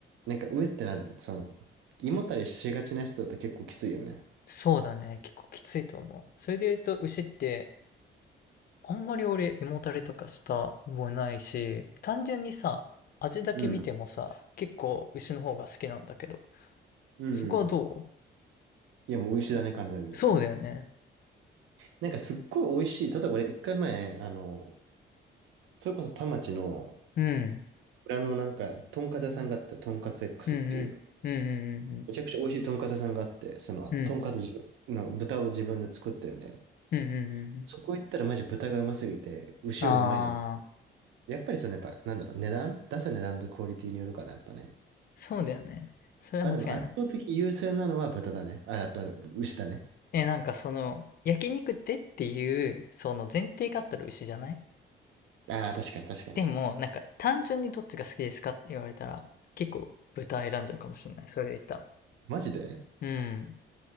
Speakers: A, on the right; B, on the left.
A: なんかうえってなる、その、胃もたれしがちな人だと結構きついよね。
B: そうだね。結構きついと思う。それで言うと、牛って、あんまり俺、胃もたれとかした覚えないし、単純にさ、味だけ見てもさ、
A: うん。
B: 結構牛の方が好きなんだけど、
A: うんうん。
B: そこはどう
A: いや、もう牛だね、完全に。
B: そうだよね。
A: なんかすっごい美味しい。例えば俺一回前、あの、それこそ田町の
B: うん。
A: 裏のなんか、とんかつ屋さんがあった、とんかつ X
B: うんうん。
A: っていう、
B: うんうん
A: めちゃくちゃ美味しいとんかつ屋さんがあって、その、
B: うんうん。
A: とんかつ自分の豚を自分で作ってるみたいな。
B: うん。うんうんうん
A: そこ行ったらマジ豚がうますぎて、牛よりうまいなって。
B: うん。ああ、
A: やっぱりそのやっぱ、なんだろう、値段出す値段とクオリティによるかな、やっぱね。
B: そうだよね。それは間違いない。
A: まあでも圧倒的優勢なのは豚だね。あ、あとは牛だね。
B: え、なんかその、焼肉ってっていう、その前提があったら牛じゃない
A: ああ、確かに確かに。
B: でも、なんか単純にどっちが好きですかって言われたら、結構豚選んじゃうかもしれない。それで言ったら。
A: マジで
B: うん。